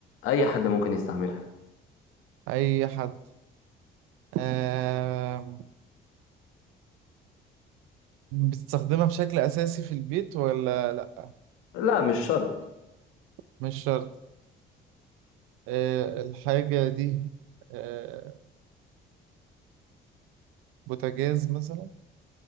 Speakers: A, on the left; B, on the right.
A: أي حد ممكن يستعملها
B: اي حد آه بتستخدمها بشكل اساسي في البيت ولا لا
A: لا مش شرط
B: مش شرط آه الحاجة دي آه بوتاجاز مثلا